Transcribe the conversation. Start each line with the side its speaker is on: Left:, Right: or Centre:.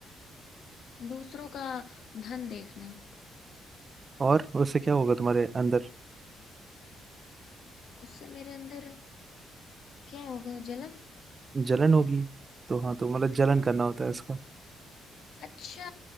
Left: दूसरों का धन देखना
Right: और उससे क्या होगा तुम्हारे अंदर
Left: उससे मेरे अंदर क्या होगा जलन
Right: जलन होगी तो हाँ तो मतलब जलन
Left: हाँ।
Right: करना होता है इसका
Left: अच्छा